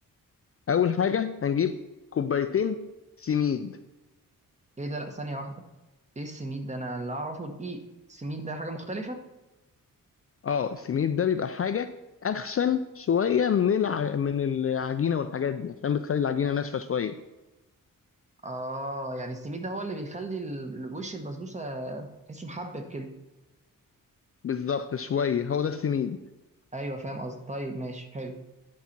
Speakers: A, on the left (about 40°); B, on the right (about 20°).
A: اول حاجه هنجيب كوبايتين سميد
B: ايه ده لا ثانيه واحده ايه السميد ده انا اللي اعرفه دقيق السميد ده حاجه مختلفه
A: اه السميد ده بيبقى حاجه اخشن شويه من الع... من العجينه والحاجات دي عشان بتخلي العجينه ناشفه شويه
B: اه يعني السميد ده هو اللي بيخلي ال- وش البسبوسه تحسه محبب كده
A: بالظبط شويه هو ده السميد
B: ايوه فاهم قصدي طيب ماشي حلو